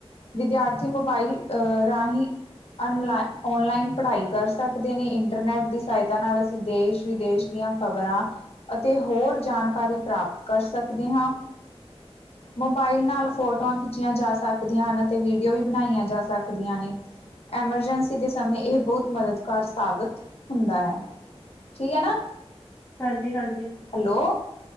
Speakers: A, on the left; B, on the left.
A: ਵਿਦਿਆਰਥੀ ਮੋਬਾਈਲ ਅਹ ਰਾਹੀਂ ਅਨਲਾ ਔਨਲਾਈਨ ਪੜ੍ਹਾਈ ਕਰ ਸਕਦੇ ਨੇ ਇੰਟਰਨੈਟ ਦੀ ਸਹਾਇਤਾ ਨਾਲ ਅਸੀਂ ਦੇਸ਼ -ਵਿਦੇਸ਼ ਦੀਆਂ ਖ਼ਬਰਾਂ ਅਤੇ ਹੋਰ ਜਾਣਕਾਰੀ ਪ੍ਰਾਪਤ ਕਰ ਸਕਦੇ ਹਾਂ।
B: ਹ <inaudible>
A: ਮੋਬਾਇਲ ਨਾਲ ਫੋਟੋਆਂ ਖਿੱਚੀਆਂ ਜਾ ਸਕਦੀਆਂ ਹਨ ਅਤੇ ਵੀਡੀਓ ਵੀ ਬਣਾਈਆਂ ਜਾ ਸਕਦੀਆਂ ਨੇ। ਐਮਰਜੈਂਸੀ ਦੇ ਸਮੇਂ ਇਹ ਬਹੁਤ ਮਦਦਗਾਰ ਸਾਬਤ ਹੁੰਦਾ ਹੈ। ਠੀਕ ਹੈ ਨਾ।
B: ਹਾਂਜੀ -ਹਾਂਜੀ,
A: ਹੈਲੋ